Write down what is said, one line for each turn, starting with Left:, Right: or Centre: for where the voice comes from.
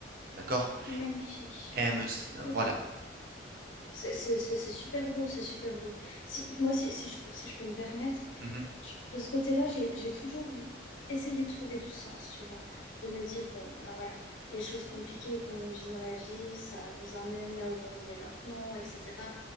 Right: D'accord?
Left: Magnifique,
Right: Et
Left: ouais.
Right: me s-
Left: Ok.
Right: voilà.
Left: C'est c'est- c'est- c'est super beau, c'est super beau. Si, moi, si, si je, peux- si je peux me permettre,
Right: Mhm,
Left: je- de ce côté-là, j'ai, j'ai toujours essayé de trouver du sens, tu vois, de me dire, bon, bah voilà, les choses compliquées qu'on vit dans la vie, ça nous emmène là où on est maintenant, etc.